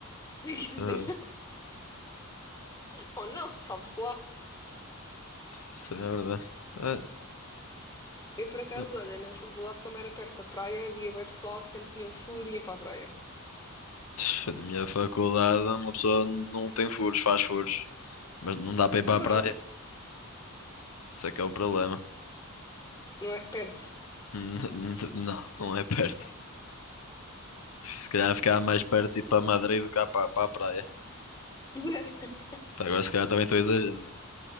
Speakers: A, on the left; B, on the left.
A: <laughs> Quer
B: Eh,
A: dizer, Ou não, sabe-se lá.
B: Isso é verdade. Eh,
A: Eu, por acaso,
B: eh,
A: olha, na faculdade, como era perto da praia, havia bué pessoal que sempre tinham um e ia para a praia.
B: tch, Na minha faculdade, uma pessoa n- não tem furos, faz furos. Mas não dá para ir para
A: Pronto,
B: a praia. Isso é que é o problema.
A: não é perto.
B: <laughs> N- n- Não, não é perto. Se calhar ficava mais perto de ir para Madrid do que para para a praia.
A: <laughs>
B: Pá, Agora se calhar também estou a exagerar.